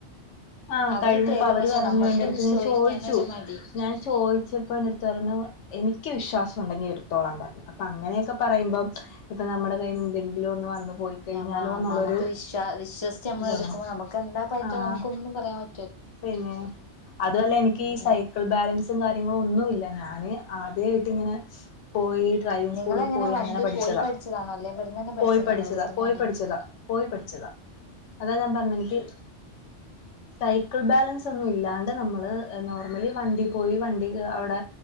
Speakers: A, on the left (about 85°); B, on the left (about 35°).
A: ആഹ്
B: അവര്
A: കഴിഞ്ഞപ്പോ
B: തരും
A: അവര്
B: പക്ഷെ
A: പറഞ്ഞു
B: നമ്മക്ക്
A: എന്റെടുത്ത് ഞാൻ
B: ചോയിക്കാനൊരു
A: ചോയിച്ചു
B: മടി
A: ഞാൻ ചോയി <unintelligible> എന്റെ എടുത്തു പറഞ്ഞു എനിക്ക് വിശ്വാസം ഉണ്ടെങ്കി എടുത്തോളാ പറഞ്ഞു അപ്പ അങ്ങനെയൊക്കെ പറയ്മ്പം ഇപ്പ നമ്മുടെ കയ്യിന്ന് എന്തെങ്കിലും ഒന്ന് വന്ന് പോയി- കഴിഞ്ഞാലോ
B: ഞാ മ്മ
A: എന്നുള്ളൊരു
B: നമുക്ക് വിശ്വാ വിശ്വസിച്ച് നമ്മള്
A: ഇതാണ്
B: എടുക്കുമ്പോ നമുക്ക് എന്താ പറ്റോ
A: ആഹ്
B: നമുക്ക് ഒന്നും പറയാൻ പ
A: പിന്നെ അതുവല്ല എനിക്ക് ഈ സൈക്കിൾ
B: ഉം
A: ബാലൻസ് ത്തും കാര്യങ്ങളു ഒന്നുവില്ല ഞാന് ആദ്യായിട്ട്ങ്ങനെ പോയി ഡ്രൈവിങ്
B: നിങ്ങളെങ്ങനെ
A: സ്കൂളി പോയി
B: വണ്ടി
A: അങ്ങനെ പഠിച്ചതാ
B: പോയി പഠിച്ചതാണോ അല്ലെ ഇവിടന്നന്നെ പഠിച്ചതാണോ
A: പോയി പഠിച്ചതാ
B: വീട്ടിന്നന്നെ
A: പോയി പഠിച്ചതാ പോയി പഠിച്ചതാ അതാ ഞാൻ പറഞ്ഞ എനിക്കി
B: ഉ
A: സൈക്കിൾ ബാലൻസൊന്നും ഇല്ലാണ്ട് നമ്മള് നോർമലി വണ്ടി പോയി വണ്ടി അവിടെ